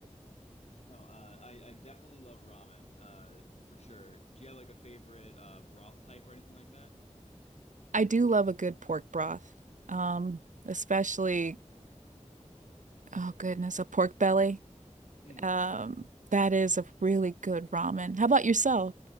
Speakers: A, on the left; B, on the right.
A: No, uh, I, I definitely love ramen uh, for sure. Do you have like a favorite uh, broth type or anything like that?
B: I do love a good pork broth. Um, especially, oh goodness, a pork belly.
A: Mm.
B: Um, that is a really good ramen. How about yourself?